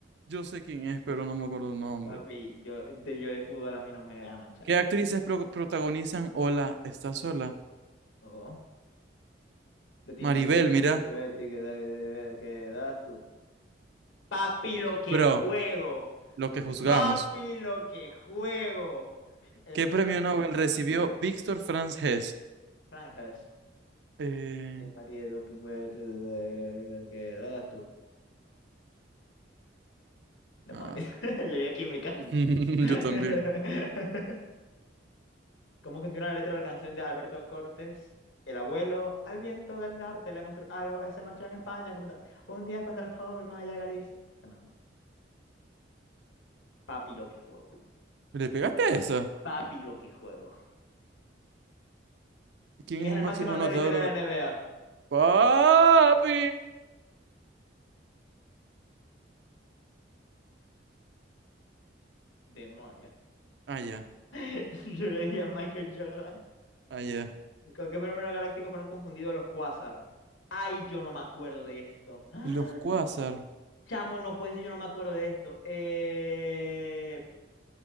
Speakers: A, on the right; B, on the left.
A: Yo sé quién es, pero no me acuerdo el nombre.
B: Papi, yo de, yo de fútbol a mí no me ganan, chao.
A: ¿Qué actrices pro- protagonizan Hola, ¿estás sola?
B: Oh, de Team
A: Maribel,
B: María,
A: mira.
B: ¿qué da- qué das tú? Papi, lo que
A: Bro,
B: juego.
A: lo que juzgamos.
B: Papi, lo que juego. El
A: ¿Qué
B: primer
A: premio
B: lugar de
A: Nobel
B: este
A: recibió Víctor Franz Hess?
B: franjas.
A: Eh,
B: De María, doping, güey, tú, tú, tú, ¿qué das tú? Demonios.
A: Ah.
B: <laughs> Le di a química.
A: <laughs>
B: <laughs>
A: Yo también.
B: ¿Cómo continúa la letra de la canción de Alberto Cortés? El abuelo, al viento del norte le mostró algo, se marchó en España como tal. Un día cuando era joven, más allá de Galicia. Este mismo. Papi, lo que juego.
A: ¿Le pegaste a esa?
B: Papi, lo que juego.
A: ¿Quién
B: ¿Quién
A: es el
B: es el
A: máximo
B: máximo anotador
A: anotador?
B: de la historia de
A: de-
B: la NBA?
A: ¡Papi!
B: Demonios.
A: Ah, ya.
B: <laughs> Yo le diría a Michael Jordan.
A: Ah, ya.
B: ¿Con qué fenómeno galáctico fueron confundidos los cuásar? Ay, yo no me acuerdo de esto. <gasps> ¡Ah!
A: Los Quasar.
B: Chamo, no puede ser, yo no me acuerdo de esto. Eh,